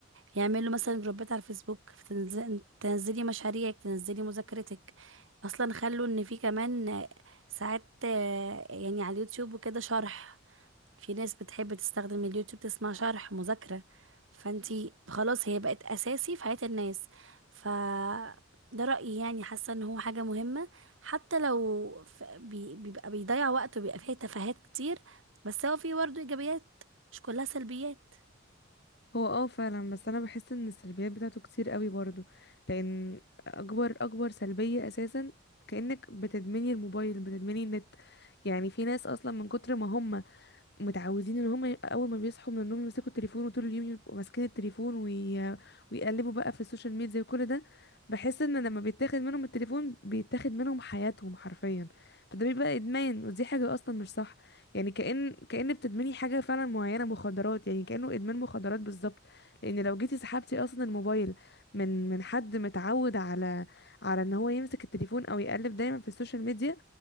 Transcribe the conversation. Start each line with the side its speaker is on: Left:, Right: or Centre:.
Right: يعملوا مثلا جروبات على الفيسبوك تنزل- تنزلي مشاريعك تنزلي مذاكرتك اصلا خلوا ان في كمان ساعات آه، يعني على اليوتيوب وكده شرح في ناس بتحب تستخدم اليوتيوب تسمع شرح مذاكرة فانتي خلاص هي بقت أساسي في حياة الناس ف ده رأيي يعني حاسة ان هو حاجة مهمة حتى لو ف- بي- بيبقى بيضيع وقت وبيبقى فيها تفاهات كتير بس هو فيه برضه إيجابيات مش كلها سلبيات
Left: هو اه فعلا بس انا بحس ان السلبيات بتاعته كتير قوي برضو لان اكبر اكبر سلبية اساسا كأنك بتدمني الموبايل بتدمني النت يعني في ناس اصلا من كتر ما هم متعودين ان هم اول ما بيصحوا من النوم يمسكوا التليفون وطول اليوم يبقوا ماسكين التليفون وي... ويقلبوا بقى في السوشيال ميديا وكل ده بحس ان لما بيتاخد منهم التليفون بيتاخد منهم حياتهم حرفيا فده بيبقى ادمان ودي حاجة اصلا مش صح يعني كأن كأن بتدمني حاجة فعلا معينة مخدرات يعني كأنه ادمان مخدرات بالظبط لان لو جيتي سحبتي اصلا الموبايل من من حد متعود على على ان هو يمسك التليفون او يقلب دايما في السوشيال ميديا